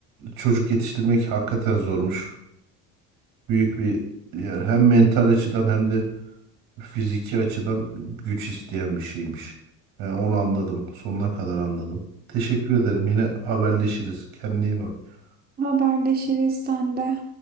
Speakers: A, on the right; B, on the right.
A: çocuk yetiştirmek hakikaten zormuş. Büyük bir yani hem mental açıdan hem de fiziki açıdan güç isteyen bir şeymiş. Yani onu anladım. Sonuna kadar anladım. Teşekkür ederim. Yine haberleşiriz. Kendine iyi bak.
B: Haberleşiriz sen de.